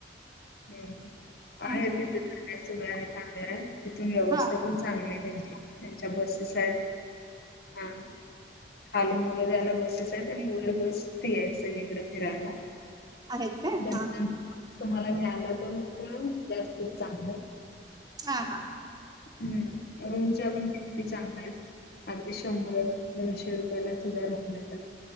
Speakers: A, on the left; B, on the right.
A: हम्म आहे
B: हा
A: तिथे <inaudible> वय आहे चांगला आहे तिथून व्यवस्था
B: हा हा
A: पण चांगलेे त्यांच्या <unintelligible> बसेस आहेत हा. खालून वगैरे जायला बसेस आहे आणि मुलं बस्ती आहे सगळीकडें फिरायला.
B: आहेत काय
A: दरम्यान
B: हा
A: तुम्हाला मिळाला तर मग काय जास्तच चांगलं <unintelligible>
B: हा हा.
A: हम्म रूमच्या. <unintelligible> किती चांगले आहेत अगदी शंभर दोनशे रुपयाला सुधा रुम मिळतात.